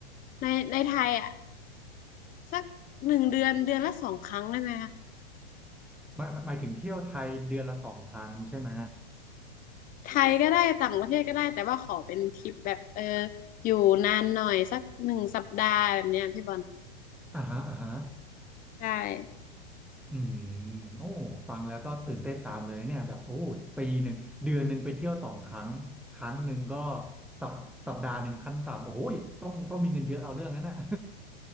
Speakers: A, on the left (about 25°); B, in the centre.
A: ในในไทยอ่ะสักหนึ่งเดือนเดือนละสองครั้งได้ไหมคะ
B: หมายหมายถึงเที่ยวไทยเดือนละสองครั้งใช่ไหม
A: ไทยก็ได้ต่างประเทศก็ได้แต่ว่าขอเป็นทริปแบบเอออยู่นานหน่อยสักหนึ่งสัปดาห์แบบเนี้ยพี่บอล
B: อ่าฮะอ่าฮะ
A: ใช่
B: อืมโอ้ฟังแล้วก็ตื่นเต้นตามเลยเนี่ยแบบโอ้ปีหนึ่งเดือนหนึ่งไปเที่ยวสองครั้งครั้งหนึ่งก็สัปสัปดาห์หนึ่งขั้นต่ำโอ้โหต้องต้องมีเงินเยอะเอาเรื่องนั้นน่ะ